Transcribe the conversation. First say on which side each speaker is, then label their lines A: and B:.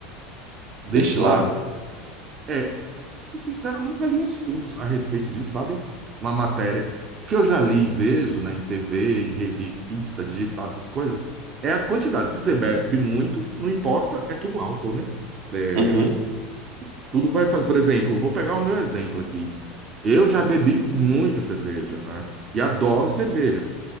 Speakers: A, on the right; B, on the right.
A: destilado?
B: deste lado.
A: É, pra ser sincero, eu nunca li um estudo a respeito disso, sabe? Uma matéria. O que eu já li e vejo, né, em TV, em revista, digitar essas coisas, é a quantidade. Se você bebe muito, não importa, é tudo álcool, né? É,
B: Uhum.
A: tudo vai fazer. Por exemplo, vou pegar o meu exemplo aqui. Eu já bebi muita cerveja, né? E adoro cerveja.